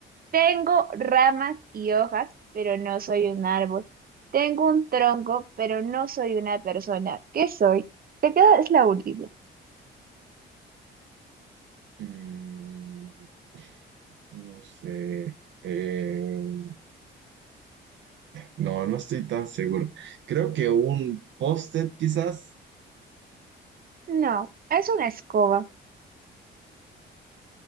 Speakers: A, on the right; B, on the right.
A: Tengo ramas y hojas, pero no soy un árbol. Tengo un tronco, pero no soy una persona. ¿Qué soy? Te queda, es la última.
B: Mm, no sé. Eh, No, no estoy tan seguro. Creo que un post-it quizás.
A: No, es una escoba.